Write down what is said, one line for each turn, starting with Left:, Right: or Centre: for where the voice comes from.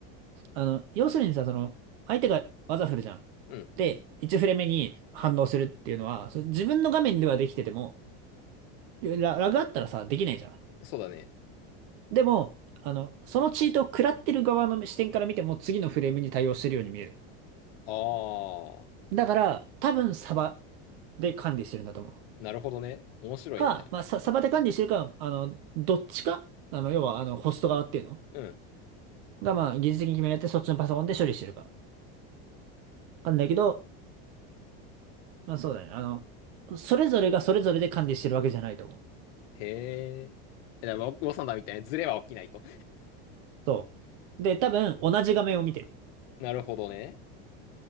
Right: あの、要するにさ、その、相手が技振るじゃん。
Left: うん。
Right: で、1フレ目に反応するっていうのは、そ自分の画面ではできてても、ラ、ラグあったらさ、できないじゃん。
Left: そうだね。
Right: でも、あの、そのチートを食らってる側の視点から見ても、次のフレームに対応してるように見える。
Left: ああ、
Right: だから、多分サバで管理してるんだと思う。
Left: なるほどね。面白いね。
Right: か、まあ、サ、サバで管理してるか、あの、どっちか、あの、要は、あの、ホスト側っていうの
Left: うん。
Right: が、まあ、技術的に決められて、そっちのパソコンで処理してるか。なんだけど、まあそうだね。あの、それぞれがそれぞれで管理してるわけじゃないと思う。
Left: へえ。え、だからウォウサンダーみたいなズレは起きないと。
Right: そう。で、多分同じ画面を見てる。
Left: なるほどね。